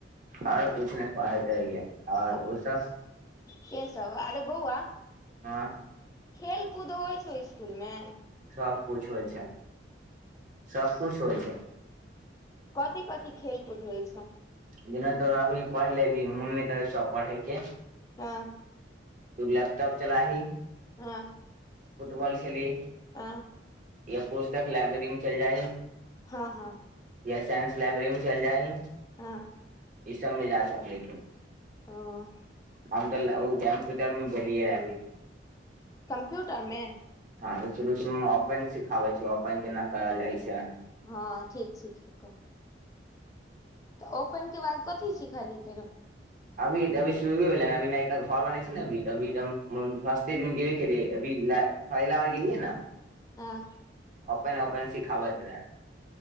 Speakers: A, on the right (about 45°); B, on the left (about 20°).
A: आरो कुछ नै पढ़े-तढ़े रिहै और
B: आ
A: उ सब
B: के सब आरे बौअवा
A: हां।
B: खेल-कुद होय छौ स्कूल मे।
A: सब कुछ होय छै, सब कुछ होय छै।
B: कथि-कथि खेलकूद होय छौ।
A: जेना तु अभी पढ़ लेलहि मुन नै करै छौ आब पड़हैके।
B: हां।
A: तू लैपटॉप चलाही।
B: हां।
A: फुटबॉल खेली।
B: आ।
A: या पुस्तक लाइब्रेरी मे चैल जाएही।
B: हां-हां।
A: या साइंस लाइब्रेरी मे चैल जाएही।
B: हां।
A: ई सबमे जा सकले क
B: अं।
A: हम तऽ कैम्पपरमे गेल रहिये अभी।
B: कम्प्यूटरमे
A: हँ तऽ शुरू शुरूमे ओपन सिखाबै छैय ओपन केना करल जाइ छैय।
B: हँ ठीक सिखेलकौ। तऽ ओपन के बाद कथी सिखली फेरो।
A: अभी अभी शुरूये भेलेये अभी नइका घर बनै छैय ने अभी अभी फस्टे दिन गेेबे कर लिये अभी। फाइल आने ले गेलियै न।
B: हँ।
A: अपन अपन सिखाबत रहै।